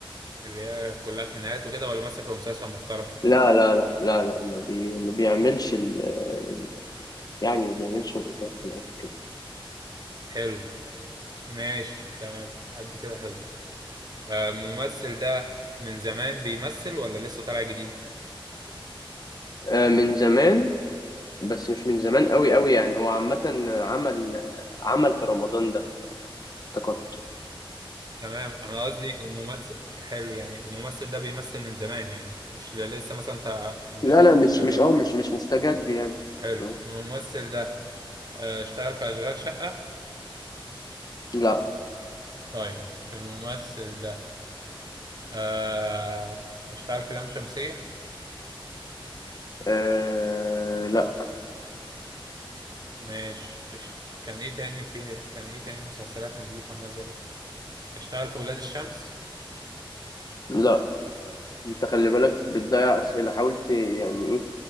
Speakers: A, on the right; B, on the left.
A: اللي هي كلها خناقات وكده ولا مثل في مسلسل محترم
B: لا لا لا لا لا ما بي ما بيعملش ال... ال- يعني ما بيعملش مسلسلات خناقات وكده
A: حلو ماشي تمام قد كده حلو آه، الممثل ده من زمان بيمثل ولا لسه طالع جديد
B: آه من زمان بس مش من زمان قوي قوي يعني هو عامه عمل عمل في رمضان ده افتكرت
A: تمام انا قصدي الممثل حلو يعني الممثل ده بيمثل من زمان يعني مش ل- لسه مثلا انت مش
B: لا
A: لسه
B: لا مش
A: طالع
B: مش
A: بقاله
B: اه مش مش مستجد يعني
A: حلو
B: م.
A: الممثل ده آه، اشتغل في اشغال شقه
B: لا
A: طيب الممثل ده آه، اشتغل في لام شمسيه
B: آه لا
A: ماشي إش- كان ايه تاني في كان ايه تاني مسلسلات نضيفة نزلت اشتغل في ولاد الشمس
B: لا انت خلي بالك بتضيع اسئله حاولت يعني